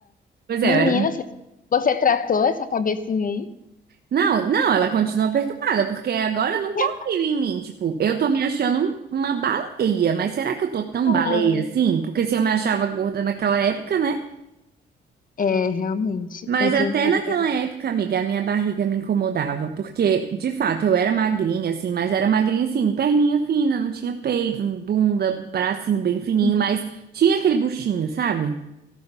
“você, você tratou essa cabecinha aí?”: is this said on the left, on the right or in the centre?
Left